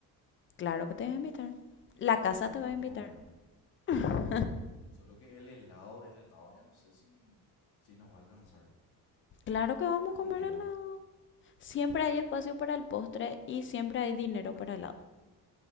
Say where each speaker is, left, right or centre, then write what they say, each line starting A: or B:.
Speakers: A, on the left; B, on the left.
A: Claro que te voy a invitar. La casa te va
B: por
A: a invitar.
B: favor.
A: <laughs>
B: Solo que el helado, el helado, ya no sé si, si nos va a alcanzar.
A: Claro que vamos
B: El
A: a comer
B: dinero.
A: helado. Siempre hay espacio para el postre y siempre hay dinero para helado.